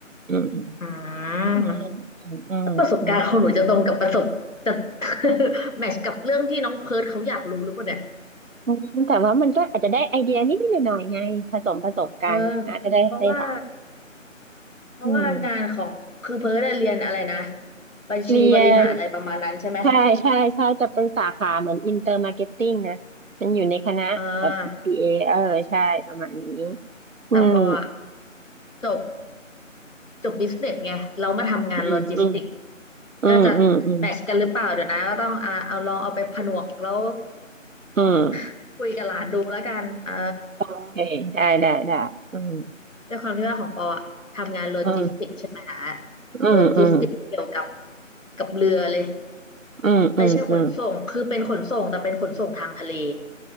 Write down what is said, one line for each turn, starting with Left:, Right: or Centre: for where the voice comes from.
Right: อืมอืม
Left: อืม
Right: อืมอืมอืมอื
Left: ประสบการณ์ของหนูจะตรงกับประสบจะ <laughs> แมทช์กับเรื่องที่น้องเพิร์ทเขาอยากรู้หรือเปล่าเนี่ย
Right: มอืมแต่ว่ามันก็อาจจะได้ไอเดียนิดนิดหน่อยๆไงผสมผสมกันนะจะได้ให้หลาน
Left: เออ เพราะว่าเพราะว่างานของคือเพิร์ทอะเรียนอะไรนะ
Right: อืม
Left: บัญชีบริหารอะไรประมาณนั้นใช่ไหม
Right: เรียน ใช่ใช่ใช่จะเป็นสาขาเหมือนอินเตอร์มาร์เก็ตติ้งนะมันอยู่ในคณะแบบ
Left: อ่า
Right: b ีบีเอเออใช่ประมาณนี้อืม
Left: แต่ปออะจบจบบิสเนสไงเรามาทำงานโลจิสติก
Right: อืมอืมอืมอืมอืม
Left: ก็จะแมทช์กันหรือเปล่าเดี๋ยวนะก็ต้องอ่าเอาลองเอาไปผนวกแล้ว
Right: อืม
Left: <laughs> คุยกับหลานดูแล้วกันเออ
Right: โอเคได้ได้ได้อืม
Left: ด้วยความที่ว่าของปออะทำงานโลจิสติกใช่ไหมนะ
Right: อืมอืมอืม
Left: โลจิสติกเกี่ยวกับกับเรือเลย
Right: อืมอืมอืม
Left: ไม่ใช่ขนส่งคือเป็นขนส่งแต่เป็นขนส่งทางทะเล